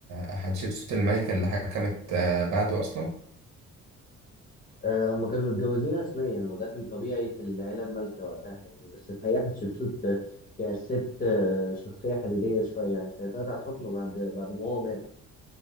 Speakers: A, on the right; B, on the left.
A: حتشبسوت الملكة اللي حكمت آه، بعده اصلا
B: آه، هما كانوا متجوزين رسميا وده كان طبيعي في العيلة المالكة وقتها يعني بس الحقيقة حتشبسوت آه، كانت ست آه، شخصية حديدية شوية يعني سيطرت على الحكم بعد بعد ما هو مات